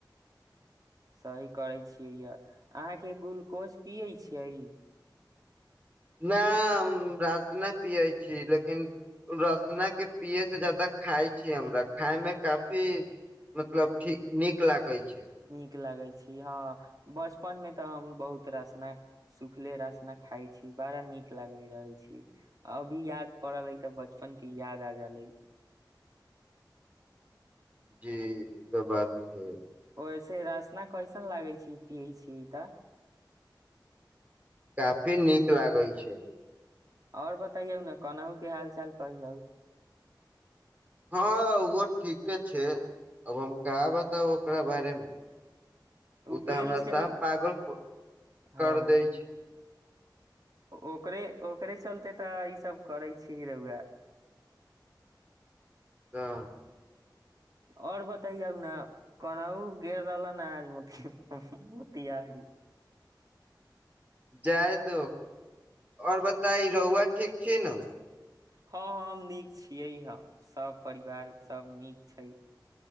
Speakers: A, on the right; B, on the right.
A: सही करैत छियै। यए अहाँके ग्लूकोज पियै छियै।
B: नहि, हम रासना पिबैत छी, मुदा रासना पिबै सँ बेसी खाइ छी। हमरा खाय मे काफी नीक लगैत अछि। कै छै
A: नीक लागै छी हँ बचपन मे तऽ हम बहुत रासना सुखले रासना खाइ छी बड़ा नीक लागैत रहै छी अभी याद पड़ल अइ तऽ बचपन के याद आ जै
B: जी ई तऽ बात छै
A: वैसे रासना कैसन लागै छै पियै छी तऽ
B: काफी नीक लागै छै
A: आओर बतैयौ ने कोनाहु के हाल चाल कहियौ
B: हँ ग ठीके छै अब हम क बताब ओकरा बारेमे ओ
A: गेल
B: तऽ हमरा
A: छै
B: स पागल
A: हँ
B: कर दै छै
A: ओकरे ओकरे चलते तऽ ईसभ करै छिय रेउए
B: हऽ
A: आओर बताइ ने कोनाउ गेर रहल न आज म मोतीरी
B: जायदो ओर बताई रहुआ ठीक छी ने
A: हँ हम नीक छियै हे सभ परिवार सभ नीक छै